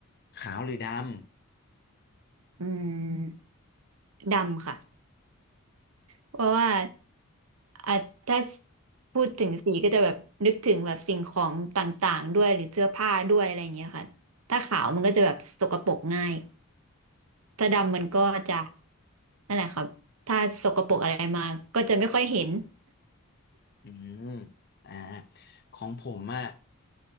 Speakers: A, on the left; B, on the right.
A: ขาวหรือดำ
B: อืมดำค่ะเพราะว่าอ่ะถ้าพูดถึงสีก็จะแบบนึกถึงแบบสิ่งของต่างๆด้วยหรือเสื้อผ้าด้วยอะไรอย่างเงี้ยค่ะถ้าขาวมันก็จะแบบสกปรกง่ายถ้าดำมันก็จะนั่นแหละครับถ้าสกปรกอะไรมาก็จะไม่ค่อยเห็น
A: อืมอ่าของผมอ่ะ